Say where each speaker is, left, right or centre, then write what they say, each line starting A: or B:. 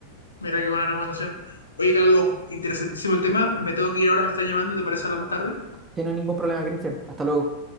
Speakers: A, on the left (about 75°); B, on the right (about 15°).
A: Mira qué buena recomendación. Oye, Carlos, interesantísimo el tema. Me tengo que ir ahora, me están llamando, ¿te parece hablar más tarde?
B: Si no hay ningún problema, Cristian. Hasta luego.